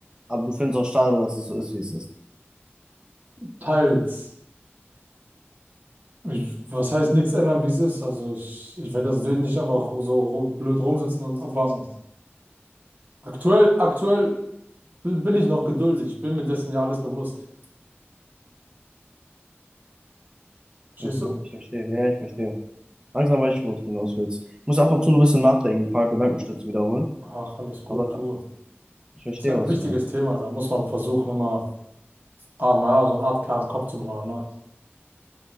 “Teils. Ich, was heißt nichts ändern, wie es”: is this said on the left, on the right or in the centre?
Right